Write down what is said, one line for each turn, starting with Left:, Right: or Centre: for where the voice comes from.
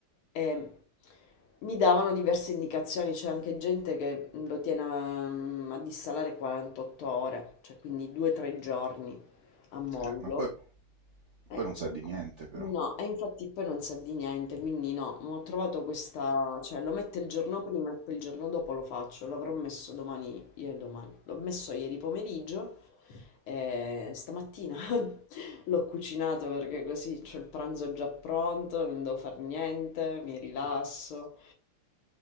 Left: e mi davano diverse indicazioni, c'è anche gente che mm, lo tiene a, mm, a dissalare 48 ore, cioè quindi 2-3 giorni a mollo.
Right: Eh, ma poi,
Left: Eh,
Right: poi non sa di niente, però.
Left: no, no, e infatti poi non sa di niente, quindi no, ma ho trovato questa, cioè lo metto il giorno prima e poi il giorno dopo lo faccio, l'avrò messo domani, ieri domani, l'ho messo ieri pomeriggio e stamattina <laughs> l'ho cucinato perché così c'ho il pranzo già pronto, non devo fare niente, mi rilasso.